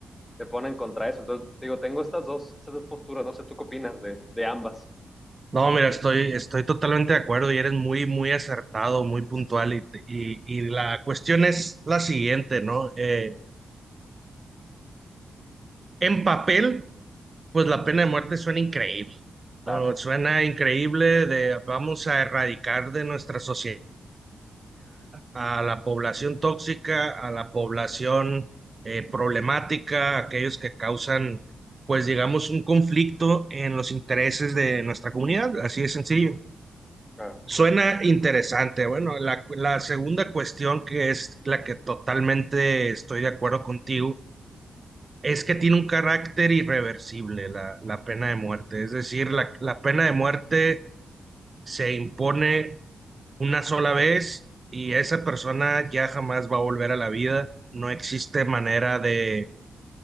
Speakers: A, on the left; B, on the right.
A: te ponen contra eso. Entonces, te digo, tengo estas dos, estas dos posturas, no sé, ¿tú qué opinas de, de ambas?
B: No, mira, estoy, estoy totalmente de acuerdo y eres muy, muy acertado, muy puntual. Y, y, y la cuestión es la siguiente, ¿no? Eh, en papel. Pues la pena de muerte suena increíble,
A: Claro,
B: ¿no? Suena increíble de vamos a erradicar de nuestra sociedad a la población tóxica, a la población eh, problemática, aquellos que causan, pues digamos, un conflicto en los intereses de nuestra comunidad, así de sencillo.
A: claro,
B: Suena interesante. Bueno, la, la segunda cuestión que es la que totalmente estoy de acuerdo contigo es que tiene un carácter irreversible la, la pena de muerte. Es decir,
A: claro.
B: la, la pena de muerte se impone una sola vez y esa persona ya jamás va a volver a la vida. No existe manera de,